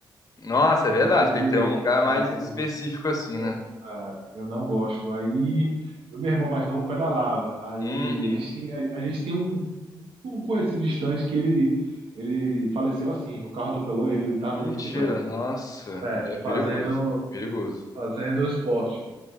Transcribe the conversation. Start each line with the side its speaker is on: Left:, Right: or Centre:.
Left: Nossa, é verdade.
Right: Eu fico,
Left: Tem que ter um lugar
Right: é,
Left: mais
Right: eu,
Left: específico
Right: não sei,
Left: assim, né?
Right: eu é, eu não gosto. Aí, meu irmão mais novo pedalava. Aí
Left: Uhum.
Right: a gente tem, a, a gente tem um um conhecido distante que ele, ele faleceu assim. O carro atropelou ele, ele estava
Left: Mentira,
Right: andando de bicicleta.
Left: nossa.
Right: É,
Left: Aí É perigoso.
Right: fazendo,
Left: Perigoso.
Right: fazendo esporte.